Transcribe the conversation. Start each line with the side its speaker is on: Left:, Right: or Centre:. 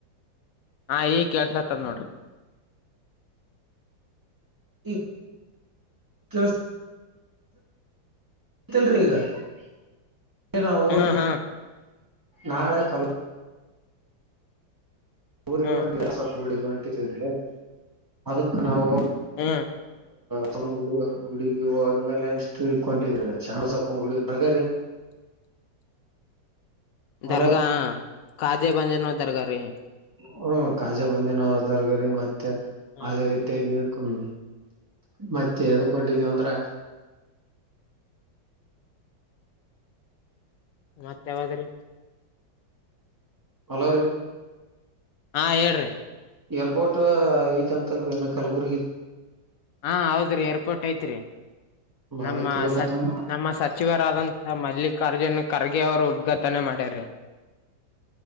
Left: ಹಾ ಈಗ ಕೇಳಸಲತದ ನೋಡ್ರಿ.
Right: ಈಗ ಕೇಳಸ. ಆಯಿತೆಲ್ರಿ ಈಗ ನಾವು
Left: ಹ್ಮ್
Right: ಇದಕ
Left: ಹ್ಮ್
Right: ನಾಳೆ ಕಲ ಊರಿಗೆ
Left: ಹ್ಮ್
Right: ಹೊಂಟಿದೇವ ಸ್ವಲ್ಪ ಗುಡಿಗ ಹೊಂಟಿದೀವರಿ ಅದಕ್ ನಾವು.
Left: ಹ.
Right: <unintelligible> ಗುಡಿ ಗುಡಿಗಿ ಹೋದ್ಮೇಲೆ ನೆಕ್ಸ್ಟ್ ಇದಕ ಹೊಂಟಿವ ಶಣ ಸೊಪ್ಪ ಗುಡಿ ಇದ್ದಾಗರಿ.
Left: <inaudible>
Right: ಹೊಲವ್ರಿ
Left: ದರ್ಗಾ ಕಾದಿ ಬಂಜನ ನೋ ದರಗ ರೀ.
Right: ಹ್ಮ ಕಾಜಾ ಬಂದಿನೋ ದರ್ಗರಿ ಮತ್ತೆ
Left: ಹ್ಮ್
Right: ಅದೇ ರೀತಿಯಾಗಿ. ಹ್ಮ ಮತ್ತ ಎದಕ ಹೊಂಟಿದಿವ ಅಂದ್ರ.
Left: ಮತ್ತ ಯಾವಾದ್ರೀ.
Right: ಹಲೋ ರಿ.
Left: ಹಾ ಹೇಳ್ರೀ.
Right: ಏರ್ಪೋರ್ಟ್ ಐತಿ ಅಂತ ಅಲ್ರಿ ಏನೋ ಕಲಬುರ್ಗಿಗಿ.
Left: ಹಾ ಹೌದ್ರಿ ಏರ್ಪೋರ್ಟ್ ಐತ್ರಿ. ನಮ್ಮ
Right: ಅದಕ್ರಿ
Left: ಸ
Right: ಮತ್ತೆ
Left: ನಮ್ಮ ಸಚಿವರಾದಂತ ಮಲ್ಲಿಕಾರ್ಜುನ್ ಖರ್ಗೆ ಅವರು ಉದ್ಘಾಟನೆ ಮಾಡ ಡ್ಯಾರಿ.